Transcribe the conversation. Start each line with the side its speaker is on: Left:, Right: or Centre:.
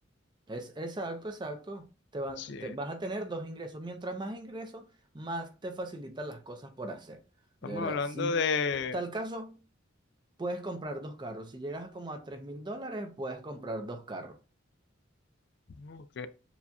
Right: Es exacto, exacto. Te va-
Left: Sí,
Right: te- vas a tener dos ingresos. Mientras más ingresos, más te facilitan las cosas por hacer.
Left: estamos
Right: De verdad,
Left: hablando
Right: si
Left: de...
Right: en tal caso... puedes comprar dos carros. Si llegas a como a tres mil dólares, puedes comprar dos carros.
Left: Ok.